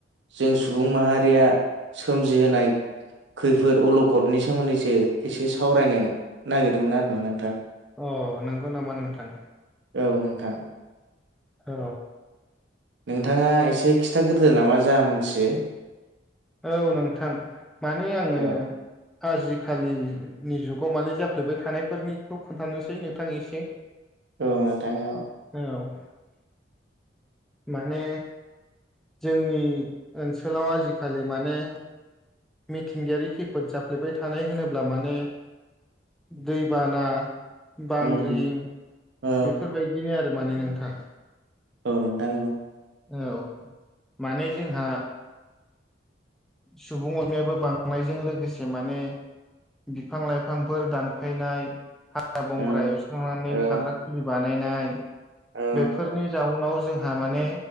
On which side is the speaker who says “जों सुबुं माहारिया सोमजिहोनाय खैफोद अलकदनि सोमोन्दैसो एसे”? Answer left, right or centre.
Right